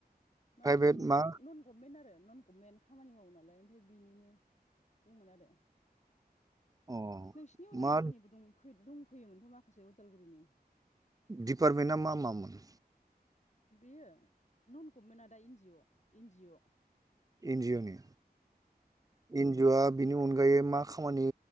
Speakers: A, on the left; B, on the right.
A: माने
B: प्राइभेट
A: नन
B: मा
A: गभमेन्ट आरो। नन गभमेन्ट खामानि मावो नालाय ओमफ्राय बिनिनो दंमोन आरो।
B: अ
A: नोंसिनि उदालगुरिनिबो
B: मा
A: दंफैयोमोनथ' माखासे उदालगुरिनि।
B: दिपार्टमेन्टा मा मामोन?
A: बेयो नन गभमेन्ट आदा N G O N G O
B: N G O नि एन जि अ आ बेनि अनगायै मा खामानि